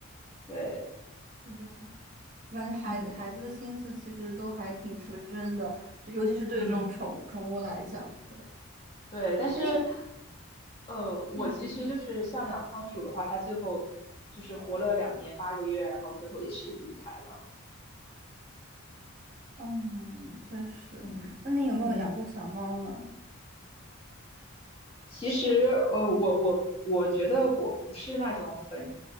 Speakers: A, on the left; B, on the right.
A: 对，
B: 是的，我感觉孩孩子的心思其实都还挺纯真的，
A: 嗯
B: 尤其是对这种宠宠物来讲，
A: 嗯，
B: 对。
A: 对，但是。
B: 哎那你
A: 呃，
B: 嗯嗯嗯，
A: 我其实就是像养仓鼠的话，它最后就是活了两年八个月，然后最后也是离开了。
B: 哦确实。
A: 嗯嗯。
B: 那你有没有养过小猫呢？
A: 其实，呃，我我我觉得我不是那种很，